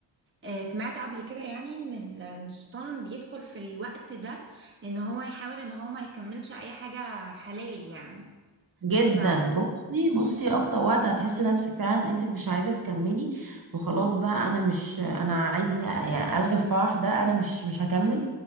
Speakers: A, on the right; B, on the right.
A: آه، سمعت قبل كده يعني ان ال- إن الشيطان بيدخل في الوقت ده ان هو يحاول ان هو ما يكملش اي حاجة حلال يعني
B: جدا
A: ف
B: بصي بصي اكتر وقت هتحسي نفسك فعلا انت مش عايزه تكملي وخلاص بقى انا مش انا عايزه يعني الغي الفرح ده انا مش مش هكمل